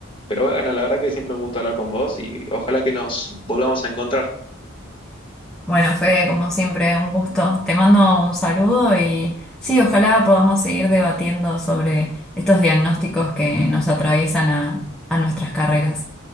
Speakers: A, on the left (about 25°); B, in the centre.
A: Pero bueno, la verdad que siempre un gusto hablar con vos y ojalá que nos volvamos a encontrar.
B: Bueno, Fede, como siempre, un gusto. Te mando un saludo y sí, ojalá podamos seguir debatiendo sobre estos diagnósticos que nos atraviesan a a nuestras carreras.